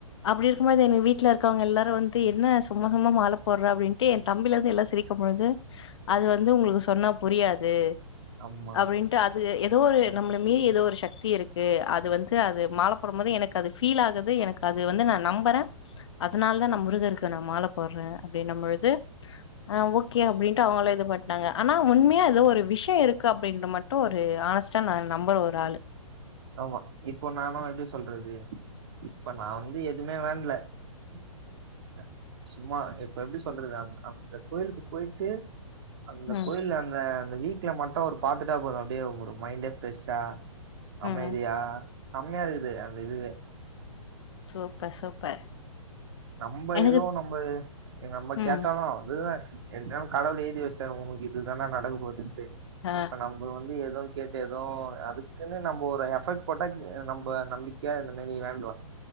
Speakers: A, on the left (about 50°); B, on the right (about 50°).
A: அப்டி இருக்கும்போது எங்க வீட்டுல இருக்கவங்க எல்லாரு வந்து என்ன சும்மா சும்மா மால போட்றா அப்டின்ட்டு என் தம்பில போறா அப்டின்ட்டு எ தம்பில இருந்து எல்லா சிரிக்கு பொழுது அது வந்து உங்களுக்கு சொன்னா புரியாது
B: ஆமா
A: அப்டின் ட்டு அது ஏதோ ஒரு நம்ம மீறி ஏதோ ஒரு சக்தி இருக்கு அது வந்து அது மால போடும்போது எனக்கு அது ஃபீல் ஆகுது எனக்கு அது வந்து நா நம்பற அதனால தா நா முருகருக்கு நா மால போட்ற அப்டின்னம் பொழுது ஆ ஓகே அப்டின் ட்டா அவுங்கள இது பண்ட்டாங்க ஆனா உண்மையா ஏதோ ஒரு விஷ்யோ இருக்கு அப்டின்ற மட்டு ஒரு ஆஸ்டா நம்புற ஒரு ஆள்
B: ஆமா இப்போ நானு எப்டி சொல்றது இப்ப நா வந்து எதுவுமே வேண்ட்ல ம் க சும்மா இப்ப எப்டி சொல்றது அங்க அந்த கோயிலுக்கு பொயிட்டு அந்த
A: ம்
B: கோயில்ல அந்த அந்த வீக்ல மட்டு அவரு பாத்துட்டா போது அப்டியே ஒரு மைண்டே ப்ரெஷ்ஷா அமைதியா
A: ம்
B: செம்மயாருக்குது அந்த இதுவே
A: சூப்பர் சூப்பர்
B: நம்ம
A: எனக்கு
B: எதுவு நம்ப ஆ நம்ம கேட்டாலு
A: ம்
B: அதுதா எல்லாம் கடவுள் <unintelligible> ஏய்தி வச்சிட்டார் இதுதா நடக்க போதுன்ட்டு
A: ஆ
B: இப்ப நம் இப்போ வந்து எதோ கேட்டு எது அதுக்குனு நம்ம ஒரு எஃபெக்ட் போட்டா நம்ம நம்க்கையா இந்த மாரி வேண்ட்ரோ <inaudible>